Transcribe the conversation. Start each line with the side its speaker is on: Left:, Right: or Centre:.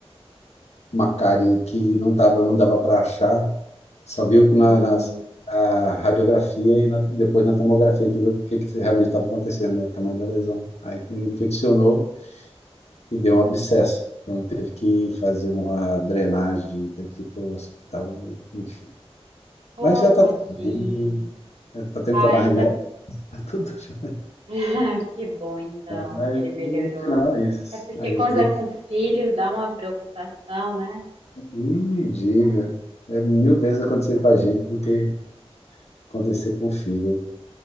Left: uma cárie que não tava, não dava para achar, Só viu na,
Right: Hum,
Left: nas- na radiografia e na- depois na tomografia que viu o que, que realmente estava acontecendo, né, o tamanho da lesão. Aí infeccionou e deu um abscesso. Então teve que fazer uma drenagem, teve que ir para o hospital, enfim.
Right: pô,
Left: Mas já está
Right: tadinho.
Left: tudo bem. Está tendo
Right: Ai,
Left: que tomar remédio,
Right: ainda bem.
Left: tá tudo <laughs> já.
Right: <laughs> Que bom, então,
Left: Mas
Right: que
Left: no
Right: ele melhorou.
Left: final é isso.
Right: É porque
Left: Aí
Right: quando
Left: eu, eu
Right: é com filho dá uma preocupação, né?
Left: nem me diga. É mil vezes acontecer com a gente do que acontecer com o filho,